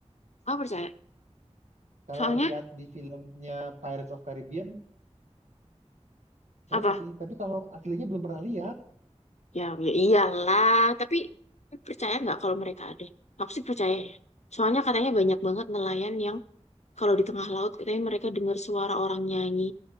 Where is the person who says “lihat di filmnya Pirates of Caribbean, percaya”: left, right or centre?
Right